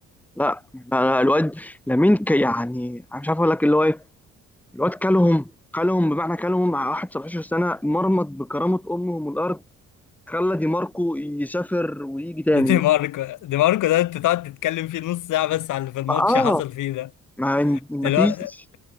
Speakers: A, in the centre; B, on the left.
A: لا لا لا الواد لامين ك- يعني انا مش عارف اقول لك اللي هو ايه الواد كلهم كلهم بمعنى كلهم مع واحد 17 سنه مرمط بكرامه امهم الارض خلى دي ماركو يسافر ويجي
B: <laughs>
A: تاني
B: دي ماركو دي ماركو ده انت تقعد تتكلم فيه نص ساعة بس على اللي في الماتش
A: اه
B: حصل فيه
A: ما ما
B: ده
A: فيش